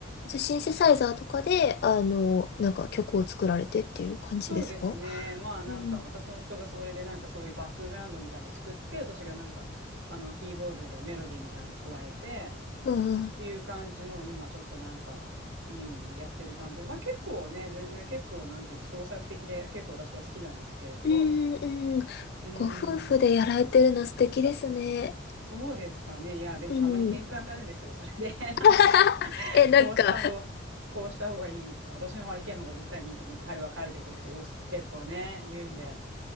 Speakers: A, on the left; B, on the right.
A: じゃあシンセサイザーとかで、あの、なんか曲を作られてっていう感じですか
B: そうですね。まあなんか私の夫がそれでなんかそういうバックグラウンドみたいなのを作って、
A: うん。
B: 私がなんかあのキーボードでメロディーみたいなのを加えてっ
A: うん。
B: ていう感じのを今ちょっとなんか、うん、やってる感じで。まあ結構ね、全然結構なんていうの創作的で結構私は好きなんですけれど、
A: うんうん。
B: うー
A: ご夫婦でやられてるの素敵ですね。
B: ん、そうですかね。いや、でもたまに喧嘩になるんですよ。
A: うん。
B: それで <laughs> なんか
A: <laughs> え、なんか、
B: こうした方、こうした方がいいとか、私の意見の方が絶対にいいとか、彼は彼で結構、結構ね、言うんで。